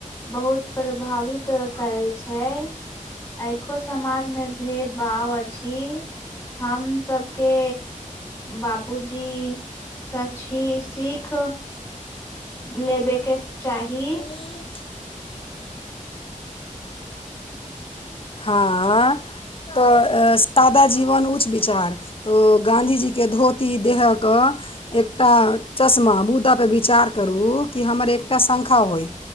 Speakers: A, on the left; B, on the left.
A: बहुत प्रभावित करे छै, आंखो समाजमे। भेद भाव अछि। हम सभके बाबूजी। सच्ची सीख। लेबेके चाही।
B: कि। हँ। तऽ सादा जीवन उच्च विचार। तऽ गाँधीजी के धोती देहके एकटा चश्मा मुदाापर विचार करू कि हमर एकटा सँख़ा होय